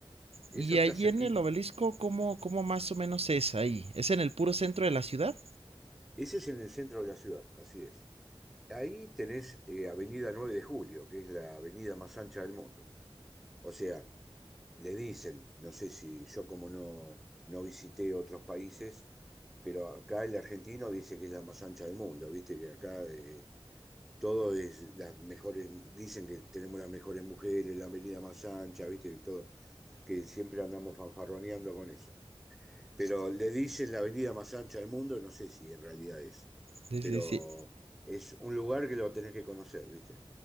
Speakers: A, in the centre; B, on the right.
A: Eso
B: Y allí
A: está cerquita.
B: en el obelisco, ¿cómo, cómo más o menos es ahí? ¿Es en el puro centro de la ciudad?
A: Ese es en el centro de la ciudad, así es. Ahí tenés eh, Avenida 9 de Julio, que es la avenida más ancha del mundo. O sea, le dicen, no sé si yo como no, no visité otros países, pero acá el argentino dice que es la más ancha del mundo, viste que acá eh, todo es las mejores, dicen que tenemos las mejores mujeres, la avenida más ancha, viste que todo, que siempre andamos fanfarroneando con eso. Pero le dicen la avenida más ancha del mundo, no sé si en realidad es,
B: Sí,
A: pero
B: sí, sí.
A: es un lugar que lo tenés que conocer, viste.